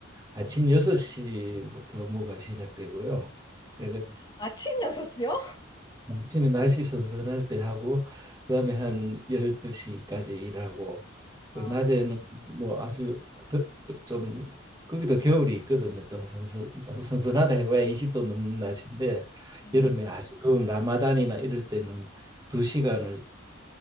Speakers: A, on the right; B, on the left.
A: 아침 6시부터 업무가 시작되고요. 그리고
B: 아침 6시요?
A: 아침에 날씨 선선할 때 하고 그다음에 한 12시까지 일하고
B: 아,
A: 그리고 낮에는 뭐 아주 더- 좀 거기도 겨울이 있거든요. 좀 선선 선선하다 해봐야 20도 넘는 날씨인데
B: 네.
A: 여름에 아주 더운 라마단이나 이럴 때는 두시간을